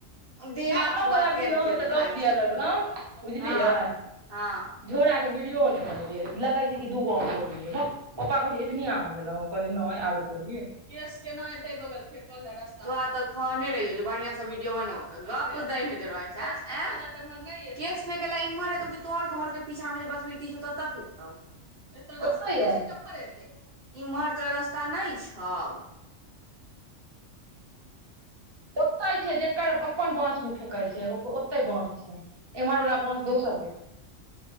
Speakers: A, on the right; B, on the right.
A: देह
B: काल्हि
A: हाथ पूरा
B: हम वला
A: किया
B: वीडियो
A: नहि
B: अहाँ
A: किया दुखाय
B: तऽ गप
A: छै
B: दिअ
A: सुतल
B: लगलहुँ
A: सुतल
B: बुझलियै
A: हँ हँ
B: झोरा के विड यो नै बनेलियै लगै छै कि दूगो आम तोड़लियै भक पप्पा कहै छै एतनी आम भेलौ हम कहलियै नै आरो तोड़लियै
A: केस केना एतै बगल फेंक लै अगस् तोरा तऽ कहने रहियौ जे बढ़िया से वीडियो बनो तऽ अगे गप दय मे जे रहै छै केस फेकैला त एम्हर नै केश फेंक ला इम्हर एतौ कि तोहर घर के पीछा मे ज बसबिट्टी छौ तत्त फेकतौ एत
B: ओतै
A: रस्ते
B: आयत
A: नै छै केम्हर एतै इम्हर त रस्ता नहि छै हां उ
B: ओत्तै छै जेकर अपन बांस मे फेकै छै ओ ओते बांस छै एम्हर वाला बांस दोसर के छै